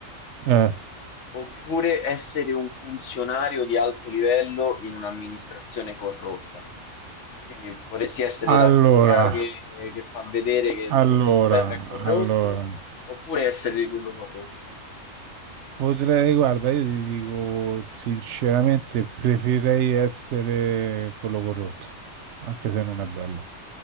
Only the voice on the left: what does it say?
oppure essere un funzionario di alto livello in un'amministrazione corrotta? Quindi vorresti essere
la spia che, che fa vedere che il,
tu- che il governo è corrotto,
oppure essere quello corrotto?